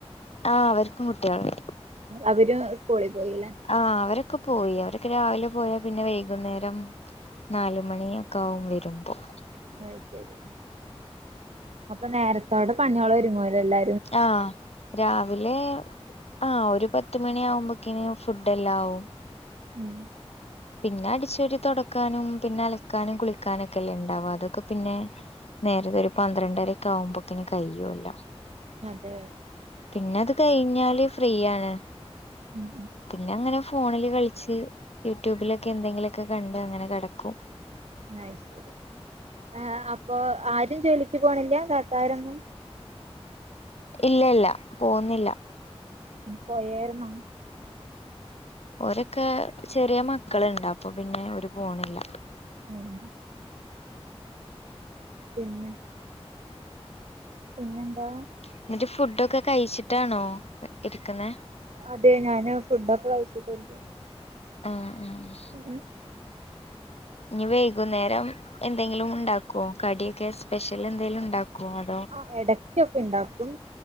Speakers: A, on the left (about 75°); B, on the right (about 85°).
A: ആഹ് അവർക്കും കുട്ടിയേള്ണ്ട്.
B: അവര് സ്കൂളിൽ പോയി ലേ
A: ആഹ് അവരൊക്കെ പോയി. അവരൊക്കെ രാവിലെ പോയാ പിന്നെ വൈകുന്നേരം നാല് മണിയൊക്കാവും വരുമ്പം
B: അഹ് ശരി. അപ്പൊ നേരത്തോടെ പണ്യോള് ഒരുങ്ങോലൊ എല്ലാ
A: ആഹ്. രാവിലെ ആഹ് ഒരു പത്ത് മണി ആകുമ്പോക്കിന് ഫുഡ് എല്ലാം ആവും.
B: ഉം
A: പിന്നെ അടിച്ചെരി തൊടക്കാനും പിന്നെ അലക്കാനും കുളിക്കാനും ഒക്കെ അല്ലെ ഉണ്ടാവാ അതൊക്കെ പിന്നെ. നേരത്തെ ഒരു പന്ത്രണ്ടര ഒക്കെ ആവുമ്പോക്കിന് കയ്യോല്ലോ.
B: അതെ.
A: പിന്നെ അത് കഴിഞ്ഞാല് ഫ്രീയാണ്.
B: ഉം
A: പിന്നെ അങ്ങനെ ഫോണിൽ കളിച്ച് യൂട്യൂബിലൊക്കെ എന്തെങ്കിലുമൊക്കെ കണ്ട് അങ്ങനെ കെടക്കും.
B: അത് ശരി. ആഹ് അപ്പൊ ആരും ജോലിക്ക് പോണില്ല, താത്താരൊന്നും?
A: ഇല്ലല്ല പോവുന്നില്ല.
B: പോയേര്ന്നോ?
A: ഓരൊക്കെ ചെറിയ മക്കള്ണ്ട് അപ്പൊ പിന്നെ ഓര് പോണില്ല.
B: ഉം. പിന്നെ. പിന്നെന്താ.
A: എന്നിട്ട് ഫുഡൊക്കെ കഴിച്ചിട്ടാണോ ഇരിക്കുന്നേ?
B: അതെ ഞാന് ഫുഡൊക്കെ കഴിച്ചിട്ടാ ഇരിക്കുന്നെ.
A: ആഹ് ആഹ്.
B: <unintelligible>
A: ഇനി വൈകുന്നേരം എന്തെങ്കിലും ഉണ്ടാക്കോ കടിയൊക്കെ സ്പെഷ്യൽ എന്തെങ്കിലും ഉണ്ടാക്കോ അ
B: ആഹ് ഇടയ്ക്കൊക്കെ ഉണ്ടാക്കും